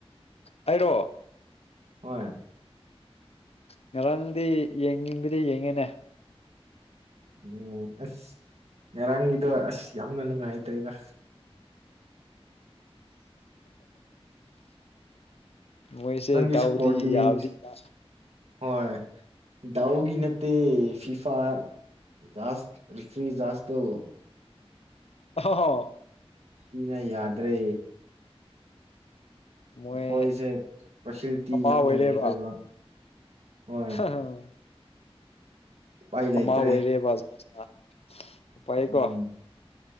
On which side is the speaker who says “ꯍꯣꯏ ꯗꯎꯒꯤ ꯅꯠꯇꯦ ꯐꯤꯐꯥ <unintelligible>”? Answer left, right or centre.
Right